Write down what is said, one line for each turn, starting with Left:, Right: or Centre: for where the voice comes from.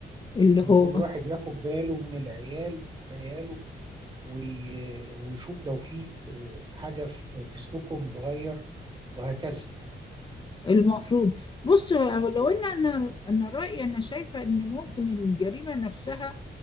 Left: اللي
Right: إن
Left: هو
Right: كل واحد ياخد باله من العيال عياله وي- ويشوف لو في آه، حاجة في في سلوكهم متغير وهكذا
Left: المفروض بص لو ان انا انا رأيي انا شايفة ان ممكن الجريمة نفسها